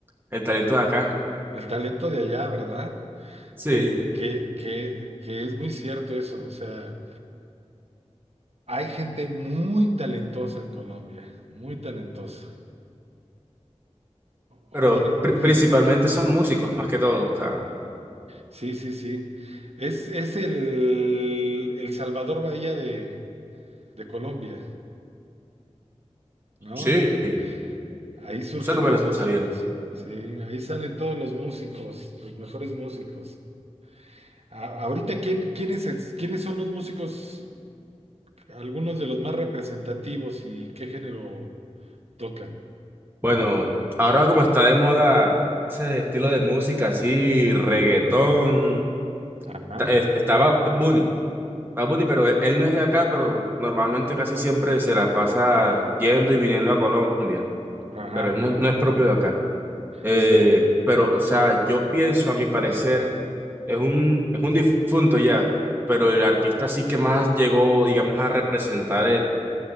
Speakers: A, on the right; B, on the right.
A: el talento de acá.
B: El talento de allá, ¿verdad?
A: Sí,
B: Que, que, que, que es muy cierto eso. O sea, hay gente muy talentosa en Colombia, muy talentosa. Oye,
A: pero pri-
B: sí,
A: principalmente son músicos, más que todo. O sea,
B: sí, sí, sí. Es, es el, el Salvador Bahía de... de Colombia, ¿no?
A: sí,
B: El-
A: eso
B: ahí surgen
A: no me
B: los
A: lo sabía.
B: músicos, sí, ahí salen todos los músicos, los mejores músicos. A- ahorita, ¿quién, quiénes es- quiénes son los músicos, algunos de los más representativos y qué género tocan?
A: Bueno, ahora como está de moda ese estilo de música así, reggaetón,
B: Ajá,
A: ta- es- está Bad Bunny, Bad Bunny, pero él, él no es de acá, pero normalmente casi siempre se la pasa yendo y viniendo a Colombia,
B: ajá,
A: pero él no, no es propio de acá. Eh,
B: sí,
A: pero, o sea, yo pienso, a mi parecer, es un, es un difunto ya, pero el artista sí que más llegó, digamos, a representar